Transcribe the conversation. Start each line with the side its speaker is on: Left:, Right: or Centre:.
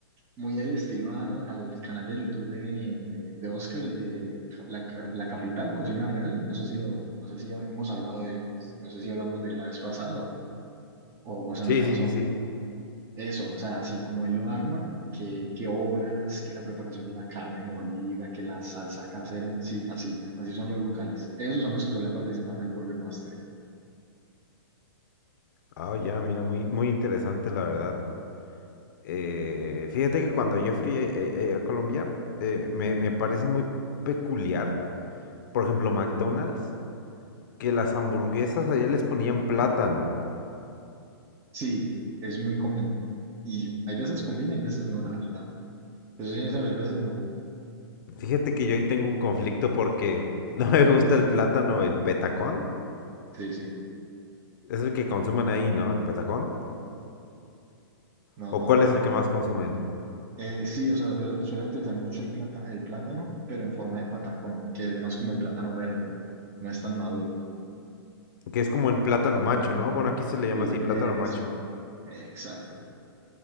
Right: muy el estilo al, al canal de YouTube de, de, de Oscar, el de Ca- la, Ca- La Capital Cocina Real. No sé si lo, no sé si ya hemos hablado de, no sé si hablamos de la vez pasada o, o- o se
Left: Sí,
Right: me pasó.
Left: sí, sí, sí.
Right: Eso, o sea, así como él lo arma, que, que horas, que la preparación de la carne molida, que la salsa casera. Sí, así, así son los locales. Esos son los que suelen participar en el Burger Master.
Left: Ah, ya, mira, muy, muy interesante, la verdad. Eh, fíjate que cuando yo fui eh, eh, eh, a, Colombia, eh, me, me parece muy peculiar, por ejemplo, McDonald's, que las hamburguesas allá les ponían plátano.
Right: Sí, es muy común. Y hay veces combina, hay veces no, la verdad. Pero sincero, hay veces no.
Left: Fíjate que yo ahí tengo un conflicto porque <laughs> no me gusta el plátano, el petacón.
Right: Sí, sí.
Left: Es el que consumen ahí, ¿no? El petacón.
Right: No,
Left: ¿O
Right: no,
Left: cuál
Right: no.
Left: es el que más consumen?
Right: Eh, sí, o sea, suele- suelen utilizar mucho el plata, el plátano, pero en forma de patacón, que es más como el plátano verde, no es tan maduro.
Left: Que es como el plátano macho, ¿no? Bueno, aquí se le llama
Right: Sí,
Left: así plátano
Right: eso,
Left: macho.
Right: exacto.